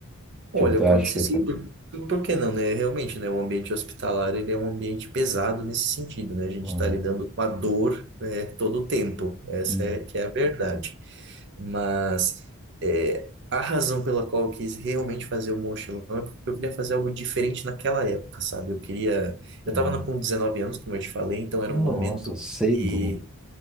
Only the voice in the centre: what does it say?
Tipo, eu
acho
que
foi...
Uhum.
Uhum.
Uhum.
Nossa,
cedo.